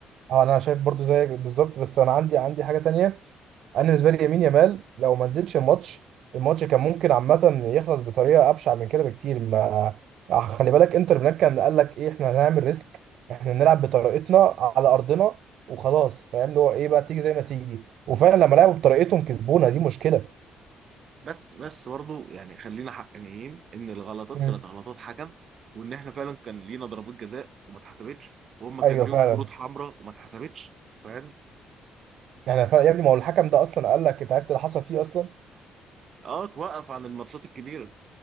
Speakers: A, on the right; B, on the right.
A: اه انا شايف برضو زيك بالظبط بس انا عندي عندي حاجه تانية انا بالنسبه لي يمين يامال لو ما نزلش الماتش الماتش كان ممكن عامه يخلص بطريقه ابشع من كده بكتير ما آه، خلي بالك انتر ميلان كان قال لك ايه احنا هنعمل ريسك احنا نلعب بطريقتنا على ارضنا وخلاص فاهم اللي هو ايه بقى تيجي زي ما تيجي وفعلا لما لعبوا بطريقتهم كسبونا دي مشكله
B: بس بس برضه يعني خلينا حقانيين ان الغلطات
A: مم.
B: كانت غلطات حكم وان احنا فعلا كان لينا ضربات جزاء وما اتحسبتش وهم كان
A: ايوه
B: ليهم
A: فعلا
B: كروت حمراء وما اتحسبتش فاهم؟
A: احنا فعلا يا ابني ما هو الحكم ده اصلا قال لك انت عرفت اللي حصل فيه اصلا
B: اه توقف عن الماتشات الكبيرة